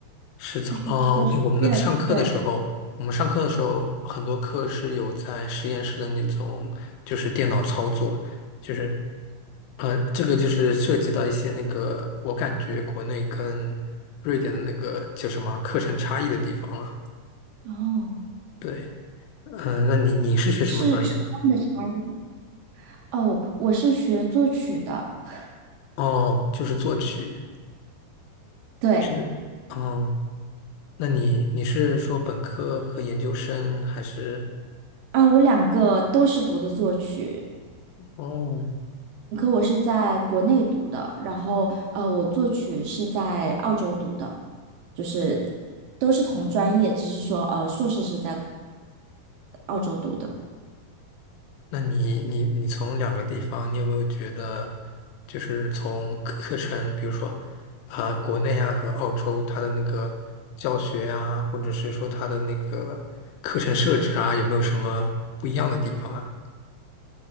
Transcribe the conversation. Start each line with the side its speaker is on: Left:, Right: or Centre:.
Left: 是的，
Right: 就是比如说实践，
Left: 啊，呃我们的上课的时候，
Right: 对。
Left: 我们上课的时候，很多课是有在实验室的那种，就是电脑操作，就是，呃，这个就是涉及到一些那个，我感觉国内跟瑞典的那个叫什么课程差异的地方了。
Right: 哦，
Left: 对，嗯、那你你是学什么专业的？
Right: 是什么样的差异呢哦，我是学作曲的，<laughs>
Left: 哦，就是作曲，
Right: 对
Left: 是，哦，那你你是说本科和研究生还是？
Right: 啊，我两个都是读的作曲，
Left: 哦，
Right: 我是在国内读的，然后呃，我作曲是在澳洲读的，就是都是同专业，只是说呃，硕士是在澳洲读的。
Left: 那你你你从两个地方，你有没有觉得，就是从课程，比如说啊、国内啊和澳洲，它的那个教学啊，或者是说它的那个课程设置啊，有没有什么不一样的地方啊？